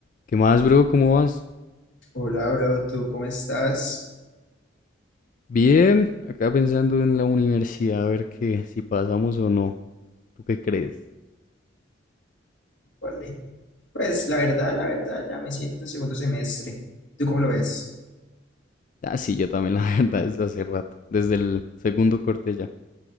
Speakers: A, on the left (about 45°); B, on the left (about 80°).
A: ¿Qué más, bro? ¿Cómo vas?
B: Hola, bro, ¿tú cómo estás?
A: Bien, acá pensando en la universidad, a ver qué, si pasamos o no. ¿Tú qué crees?
B: Vale. Pues la verdad, la verdad, ya me siento en segundo semestre. ¿Tú cómo lo ves?
A: Ah, sí, yo también, la <laughs> verdad, desde hace rato, desde el segundo corte ya.